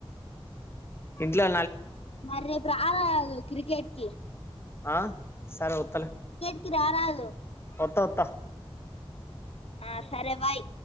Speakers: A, on the left; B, on the left.
A: ఇంట్లా
B: మరి రేపు రారాదు క్రికెట్కి
A: ఆ సరే ఒత్తలే
B: కి రారాజు
A: ఒత్త ఓత్త
B: ఆ సరే బాయ్